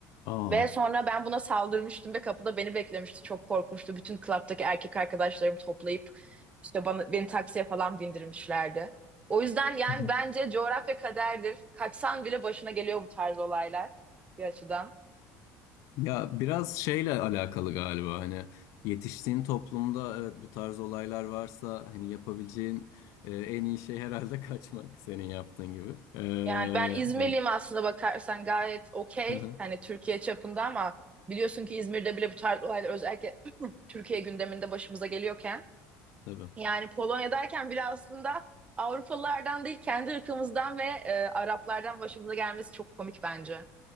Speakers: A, on the left; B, on the right.
A: Aa.
B: Ve sonra ben buna saldırmıştım ve kapıda beni beklemişti. Çok korkunçtu. Bütün klaptaki erkek arkadaşlarımı toplayıp işte bana, beni taksiye falan bindirmişlerdi. O yüzden yani
A: Hı hı.
B: bence coğrafya kaderdir. Kaçsan bile başına geliyor bu tarz olaylar bir açıdan.
A: Ya biraz şeyle alakalı galiba hani yetiştiğin toplumda evet bu tarz olaylar varsa hani yapabileceğin e, en iyi şey herhalde <laughs> kaçmak senin yaptığın gibi. Ee,
B: Yani ben İzmirliyim
A: hani
B: aslında bakarsan gayet okey.
A: <laughs> hı hı,
B: Hani Türkiye çapında ama biliyorsun ki İzmir'de bile bu tarz olaylar özellikle <clears throat> Türkiye gündeminde başımıza geliyorken
A: tabii.
B: Yani Polonya derken bile aslında Avrupalılardan değil kendi ırkımızdan ve e, Araplardan başımıza gelmesi çok komik bence.